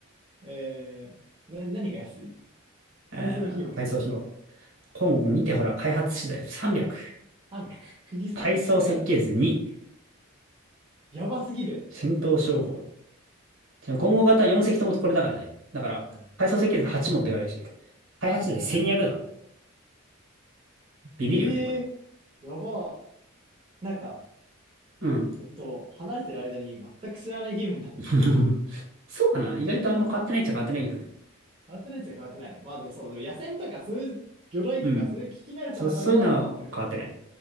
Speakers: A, on the right; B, on the right.
A: えー、な、何が安い
B: えー、
A: 改装費用が安い。
B: 配送費用。今後見て、ほら、開発資材300。
A: 300。釘300。
B: 階装設計図2。
A: じゃあ、やばすぎる。
B: 戦闘商法。今後型4隻ともこれだからね。だから、
A: うん
B: 階装設計図8持ってかれるし。開発資材1200だから。
A: なるほど。
B: ビビるよね、
A: ええーやば。
B: これ。
A: なんか、
B: うん。
A: えっと、離れてる間に全く知らないゲームになったんだな。
B: <laughs> そうかな意外とあんま変わってないっちゃ変わってないけどね。
A: 変わってないっちゃ変わってない。まあでもそう、でも野戦とかそういう魚雷とかそういう聞き慣れた単語は変わってなかった
B: うん。そ、そういうのは変わってない。